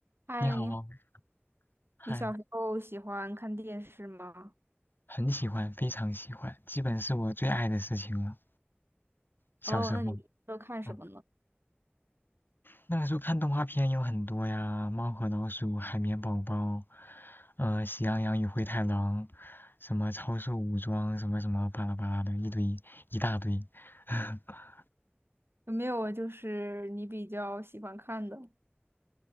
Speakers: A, on the right; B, on the left.
A: 嗨，
B: 你好哦，
A: 你好，
B: 嗨，
A: 你小时候喜欢看电视吗？
B: 很喜欢，非常喜欢，基本是我最爱的事情了。小时候，
A: 哦，那你都看什么呢？
B: 嗯，那个时候看动画片有很多呀，《猫和老鼠》《海绵宝宝》，呃，《喜羊羊与灰太狼》，什么《超兽武装》，什么什么巴拉巴拉的一堆一大堆，<laughs>
A: 有没有就是你比较喜欢看的，